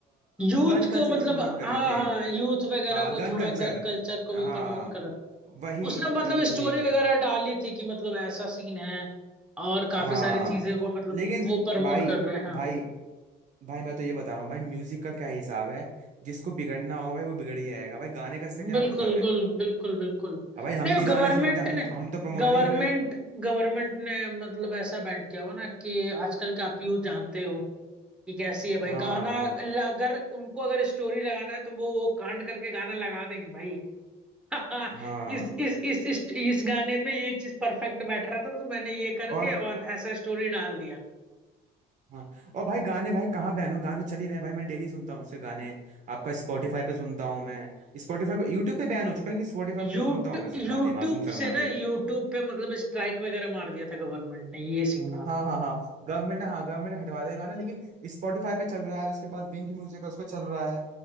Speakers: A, in the centre; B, on the right (about 45°).
A: यूथ
B: गन
A: को
B: कल्चर
A: मतलब
B: को प्रमोट
A: हाँ
B: कर रहे थे
A: हाँ यूथ वगैरह
B: हाँ
A: को
B: गन
A: थोड़ा
B: कल्चर
A: गन कल्चर को
B: हाँ
A: भी प्रमोट कर
B: वही
A: उसने मतलब
B: वही वही
A: स्टोरी
B: वही
A: वगैरह डाली थी कि मतलब ऐसा सीन है और काफी
B: हाँ
A: सारी चीजें को मतलब
B: लेकिन
A: वो प्रमोट
B: भाई
A: कर रहे हैं हाँ
B: भाई भाई मैं तो ये बता रहा हूँ भाई म्यूजिक का क्या हिसाब है जिसको बिगड़ना होगा भाई वो बिगड़ ही जाएगा भाई गाने का इससे क्या
A: बिल्कुल
B: मतलब है
A: बिल्कुल बिल्कुल बिल्कुल
B: अब भाई हम
A: नहीं
B: भी
A: गवर्नमेंट
B: गाने सुनते हैं हम
A: ने
B: तो हम तो प्रमोट
A: गवर्नमेंट
B: नहीं हुए
A: गवर्नमेंट ने मतलब ऐसा बैंड किया हुआ ना कि आजकल के आप यूथ जानते हो कि कैसी है
B: हाँ
A: भाई गाना ल- अगर उनको अगर स्टोरी लगाना है तो वो वो कांड करके गाना लगा देंगे भाई <laughs> हाँ,
B: हाँ
A: इस इस इस इस इस गाने पे ये चीज परफेक्ट बैठ रहा था तो मैंने ये करके
B: और
A: और ऐसा स्टोरी डाल दिया
B: हाँ और भाई गाने भाई कहाँ बहनों गाने तो चल ही रहे हैं भाई मैं डेली सुनता हूँ उसके गाने आपका स्पॉटिफाई पे सुनता हूँ मैं स्पॉटिफाई पे यूट्यूब पे बैन हो चुका है लेकिन स्पॉटिफाई
A: यूट्यूब
B: पे तो सुनता हूँ मैं उसके
A: यूट्यूब
B: गाने मासूम शर्मा
A: से ना
B: के
A: यूट्यूब पे मतलब स्ट्राइक वगैरह मार दिया था गवर्नमेंट ने ये सीन हुआ
B: हाँ
A: था
B: हाँ
A: <laughs>
B: हाँ गवर्नमेंट ने हाँ गवर्नमेंट हटवा देगा ना लेकिन स्पॉटिफाई पे चल रहा है उसके बाद विंक म्यूजिक उस पे चल रहा है